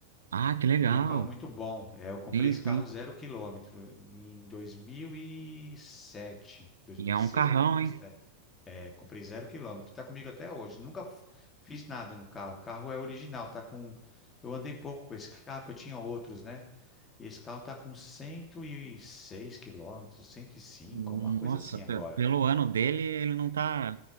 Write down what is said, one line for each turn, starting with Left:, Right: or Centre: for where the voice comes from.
Right: Ah, que legal.
Left: E é um carro muito bom. É, eu comprei
Right: Sim,
Left: esse
Right: sim.
Left: carro zero quilômetro em 2007, 2006
Right: E é um carrão,
Left: ou 2007.
Right: hein?
Left: É, comprei zero quilômetro. Tá comigo até hoje. Nunca f- fiz nada no carro. O carro é original. Tá com. Eu andei pouco com esse carro, que eu tinha outros, né? E esse carro tá com 106 quilômetros, 105,
Right: Nossa,
Left: uma coisa assim agora.
Right: pe- pelo ano dele, ele não tá